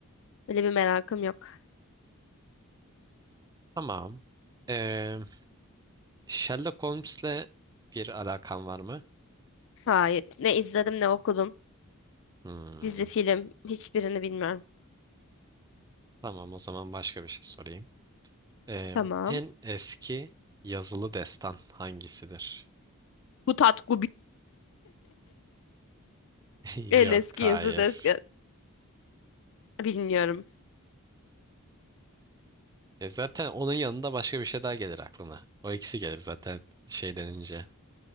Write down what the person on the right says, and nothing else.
tamam. Ee, Sherlock Holmes'le bir alakan var mı?
Hmm,
tamam, o zaman başka bir şey sorayım. Eee,
en eski yazılı destan hangisidir?
<laughs>
Yok,
hayır.
E zaten onun yanında başka bir şey daha gelir aklına. O ikisi gelir zaten şey denince.